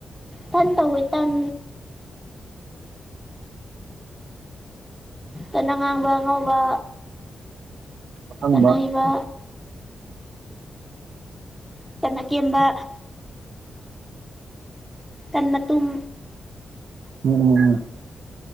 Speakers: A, in the centre; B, on the right.
A: ꯊꯟ ꯇꯧꯋ ꯇꯟ ꯀꯅ ꯉꯥꯡꯕ ꯉꯧꯕ
B: ꯑꯁꯪꯕ
A: ꯀꯅ ꯍꯩꯕ ꯇꯅ ꯀꯕ ꯇꯟ ꯃꯇꯨꯝ
B: ꯎꯝ ꯎꯝ